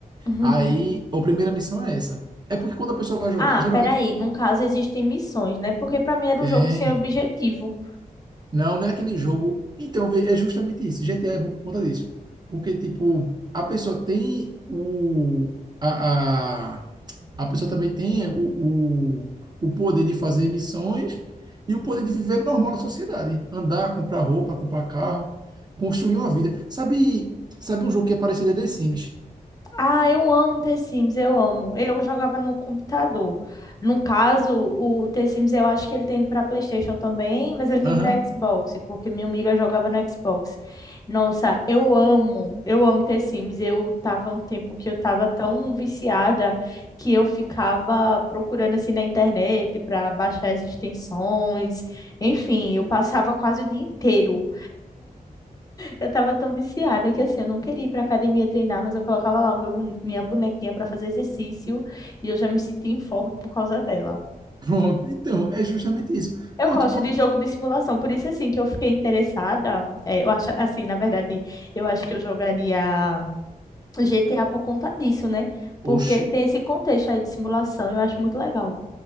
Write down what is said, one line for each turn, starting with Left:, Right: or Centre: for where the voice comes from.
Left: Uhum.
Right: Aí, a primeira missão é essa. É porque quando a pessoa vai jogar,
Left: Ah,
Right: geralmente
Left: peraí. Num caso, existem missões, né? Porque pra mim era
Right: tem.
Left: um jogo sem objetivo.
Right: Não, não é aquele jogo. Então, vê, é justamente isso. GTA é bom por conta disso. Porque, tipo, a pessoa tem o, a, a pessoa também tem o, o, o poder de fazer missões e o poder de viver normal na sociedade. Andar, comprar roupa, comprar carro, construir uma vida. Sabe, sabe um jogo que é parecido a The Sims?
Left: Ah, eu amo The Sims, eu amo. Eu jogava no computador. No caso, o The Sims eu acho que ele tem para PlayStation também, mas ele tem
Right: Aham.
Left: para Xbox, porque minha amiga jogava no Xbox. Nossa, eu amo, eu amo The Sims. Eu tava um tempo que eu tava tão viciada que eu ficava procurando assim na internet para baixar as extensões. Enfim, eu passava quase o dia inteiro. Eu tava tão viciada que assim, eu não queria ir pra academia treinar, mas eu colocava lá o meu, bone- minha bonequinha pra fazer exercício e eu já me sentia em forma por causa dela.
Right: Pronto. Então, é justamente isso.
Left: Eu
Right: Pronto,
Left: gosto
Right: quando.
Left: de jogo de simulação, por isso assim que eu fiquei interessada. é, eu acho assim, na verdade, eu acho que eu jogaria GTA por conta disso, né? Porque
Right: Oxi.
Left: tem esse contexto aí de simulação, eu acho muito legal.